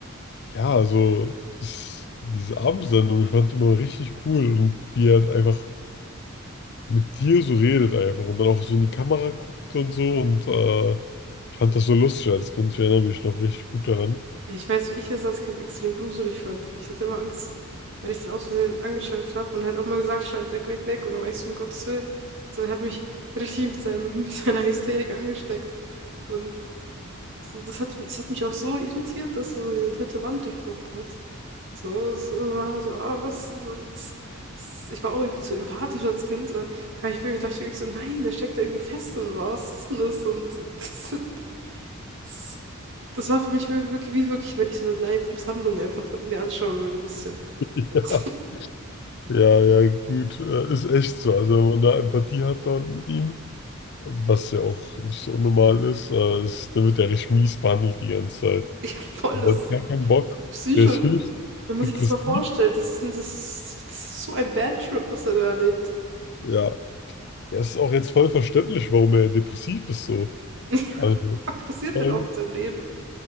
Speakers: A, on the left; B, on the right.
A: ja, also es, diese Abendsendung, ich fand die immer richtig cool und wie er halt einfach mit dir so redet einfach und dann auch so in die Kamera guckt und so und äh, ich fand das so lustig als Kind, ich erinnere mich noch richtig gut daran.
B: Ich weiß, wie ich das als Kind extrem gruselig fand. Ich hatte immer Angst, wenn ich den aus Versehen angeschaltet habe und er hat auch mal gesagt, schalt weg, weg, weg und dann war ich so, um Gottes Willen. So, er hat mich <laughs> richtig mit seinem, <laughs> mit seiner Hysterik angesteckt. Und So, Das hat, das hat mich auch so irritiert, dass er so diese dritte Wand durchbrochen hat. So, es war immer so, ah, was, so, das, das, ist- ich war auch irgendwie zu empathisch als Kind und dann habe ich wirklich gedacht, wirklich so, nein, der steckt da irgendwie fest und wow, was ist denn das? Und <laughs> das, das, das war für mich wir- wirklich, wie wirklich, wenn ich so eine Live-Misshandlung einfach mir anschauen würde, ein bisschen.
A: <laughs>
B: <laughs>
A: Ja, ja, ja, gut, äh, ist echt so. Also wenn man da Empathie hat dann mit ihm. was ja auch nicht so unnormal ist. Äh, ist der wird ja richtig mies behandelt die ganze Zeit.
B: Ja, voll,
A: Der
B: das ist
A: hat gar keinen Bock.
B: Psycho.
A: Der ist höchst
B: Wenn man
A: depressiv.
B: sich das mal vorstellt, das ist, das ist, das ist so ein Bad Trip, was er da erlebt.
A: Ja. Ja, es ist auch jetzt voll verständlich, warum er depressiv ist so.
B: <laughs>
A: Also,
B: Fuck, passiert
A: vor
B: denn
A: allem,
B: auch in seinem Leben?